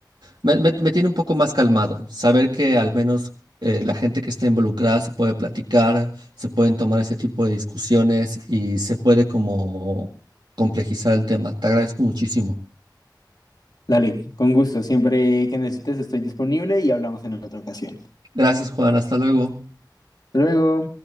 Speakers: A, on the right; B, on the left.
A: me, me- me tiene un poco más calmado. Saber que al menos eh, la gente que está involucrada se puede platicar, se pueden tomar ese tipo de discusiones y se puede como complejizar el tema. Te agradezco muchísimo.
B: Dale, con gusto, siempre que necesites estoy disponible y hablamos en otra ocasión.
A: Gracias, Juan, hasta luego.
B: Hasta luego.